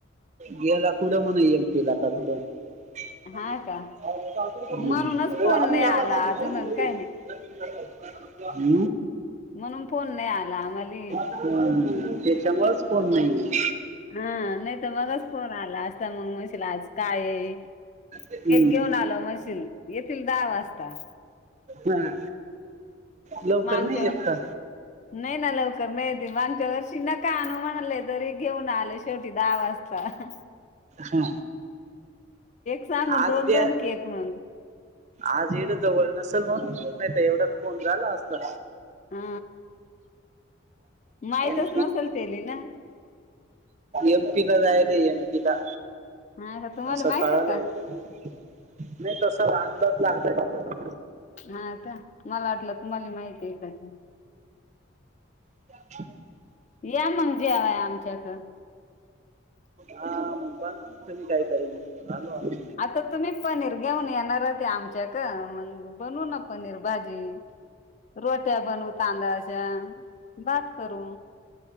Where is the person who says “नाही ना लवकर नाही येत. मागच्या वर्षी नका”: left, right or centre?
Left